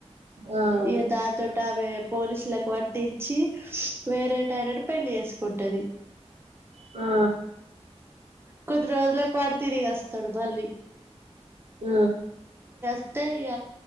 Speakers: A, on the right; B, on the right.
A: ఆ ఆ
B: ఇగ దాని తోటి ఆమె పోలీస్ల కి పట్టించి వేరే టైనన్ పెళ్లి చేసుకుంటది
A: ఆ
B: కొద్ది రోజులకు వాడు తిరిగి అస్తడు మళ్ళి
A: ఆ
B: అంటే ఇగ